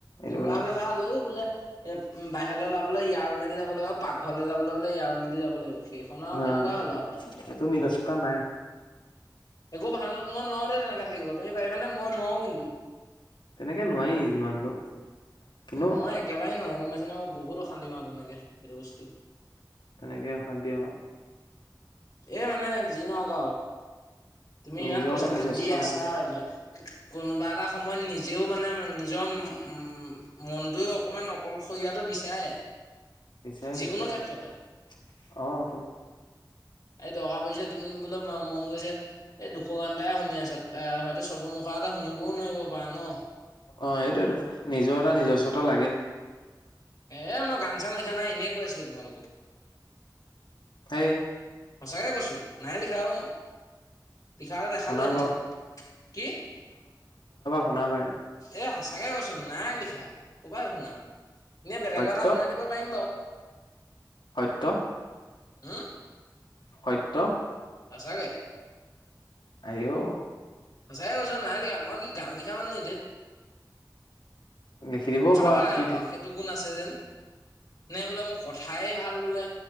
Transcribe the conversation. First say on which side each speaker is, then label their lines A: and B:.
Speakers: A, on the left; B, on the left.
A: এনেকুৱা
B: তেনেকুৱা
A: লাগিব
B: হলে ভাল হ বোলে এ বাহিৰলৈওলাবলৈ ইয়াৰ উমেদি যাব লাগিব পাকঘৰলৈ যাবলৈলে ইয়াৰ উমেদদি যাব লাগিব। কেইখন আও
A: হা
B: কেনেকুৱা হ'ল আৰু কথা।
A: এইটো নিজস্বতা নাই
B: একো ভাল মই নোৱাৰও দেই তেনেকে থাকিব তুমি পাৰিবানে মই নোৱাৰও কিন্তু।
A: তেনেকে নোৱাৰেই যিমান হলেও। কিন্তু
B: মই একেবাৰে নহো গমাইছ ন মই বহুত অশান্তি পাওঁ তেনেকে সেইটো বস্তু।
A: তেনেকেই অশান্তি হব।
B: এ মানে যি নহক তুমি
A: নিজৰ
B: ইমান পইচা
A: এটা
B: পাতি
A: নিজস্বতা
B: দি আছা।
A: লাগে
B: কোনোবা এটা সময়ত নিজেও মানে নিজৰ উম, মনটোও অকমান অকলশৰীয়াতটো বিচাৰে।
A: বিচাৰে
B: যিকোনো
A: - বিচাৰে
B: ক্ষেত্ৰতে
A: অতো।
B: এই দৰকা পৰিছে তুমি বোলে মন গৈছে, এই দুশৰ গান এটাই শুনি আছা অ, হয়তো চবৰ মুখ <unintelligible> এটা শুনিবও নোৱাৰিব পাৰা ন?
A: অ' সেইটোয়েতো, নিজৰ এটা নিজস্বতা লাগে।
B: এ মই গান চান লিখা নাই এনেই কৈ আছিলো তোমালোকক।
A: সেই
B: সঁচাকে কৈছো নাই লিখা অ, মই। পিখাতে দেখালো
A: শুনাবা
B: এনে। কি?
A: শুনা ভাই।
B: এ সঁচাকে কৈচো নাই লিখা ক'ৰপা শুনাম, এনেই বেলেগৰ
A: সত্য
B: এটা শুনাই দিব পাৰিম বাৰু।
A: সত্য
B: হুম,
A: সত্য
B: সঁচাকে।
A: আইঔ!
B: সঁচাকে কৈছো নাই লিখা মই কি গান লিখা মানুহ নেকি ঢেত।
A: লিখি দিবও পাৰা
B: পৰা লাগে
A: কি
B: বাৰু
A: ঠিক।
B: সেইটো গুণ আছে যেন?
A: <inaudible>
B: নে বোলে মোৰ কথাই ভাল বোলে,